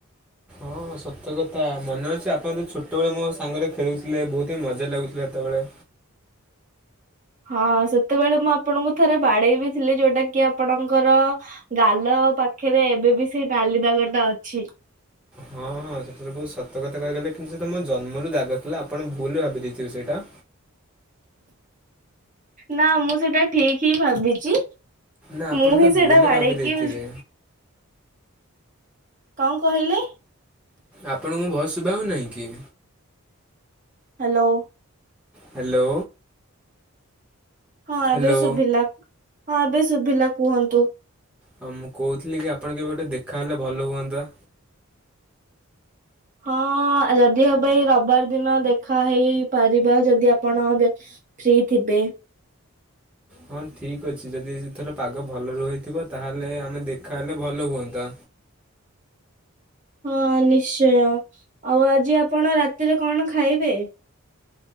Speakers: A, in the centre; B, on the right.
A: ହଁ ସତ୍ୟ କଥା ମନେ ଅଛି ଆପଣ ଯି ଛୋଟବେଳେ ମୋ ସାଙ୍ଗରେ ଖେଳୁଥିଲେ ବହୁତ ହିଁ ମଜା ଲାଗୁଥିଲେ ସେତେବେଳେ
B: ହଁ ସେତେବେଳେ ମୁଁ ଆପଣଙ୍କୁ ଥରେ ବାଡେଇ ବି ଥିଲି ଯୋଉଟା କି ଆପଣଙ୍କର ଗାଲ ପାଖରେ ଏବେ ବି ସେଇ ନାଲି ଦାଗ ଟା ଅଛି।
A: ହଁ ହଁ ସେଥିରେ ସତ କଥା କହିଗଲେ କିନ୍ତୁ ସେ ତ ମୋ ଜନ୍ମରୁ ଦାଗ ଥିଲା ଆପଣ ଭୁଲ ଭାବି ଦେଇେଇଥିବେ ସେଇଟା
B: ନା ମୁଁ ସେଇଟା ଠିକ ହିଁ ଭାବିଛି।
A: ନା ଆପଣ
B: ମୁଁ ହିଁ
A: ତା
B: ସେଇଟା
A: ଭୁଲ
B: ବାଡେଇକି
A: ଭାବି ଦେଇଥିବେ
B: କଣ କହିଲେ
A: ଆପଣଙ୍କୁ ଭୟସ ଶୁଭା ହଉ ନାହିଁ କି?
B: ହ୍ୟାଲୋ।
A: ହ୍ୟାଲୋ।
B: ହଁ ଏବେ
A: ହ୍ୟାଲୋ
B: ଶୁଭିଲା ହଁ ଏବେ ଶୁଭିଲା କୁହନ୍ତୁ।
A: ହୋଉ ମୁଁ କହୁଥିଲି କି ଆପଣ କେବେ ଗୋଟେ ଦେଖାହେଲେ ଭଲ ହୁଅନ୍ତା।
B: ହଁ ଯଦି ହବ ଏଇ ରବିବାର ଦିନ ଦେଖା ହେଇପାରିବା ଯଦି ଆପଣ ବ୍ୟ ଫ୍ରି ଥିବେ।
A: ହଁ ଠିକ୍ ଅଛି ଯଦି ଏଥର ପାଗ ଭଲ ରୁହିଥିବ ତାହେଲେ ଆମେ ଦେଖାହଲେ ଭଲ ହୁଅନ୍ତା
B: ହଁ ନିଶ୍ଚୟ। ଆଉ ଆଜି ଆପଣ ରାତିରେ କଣ ଖାଇବେ?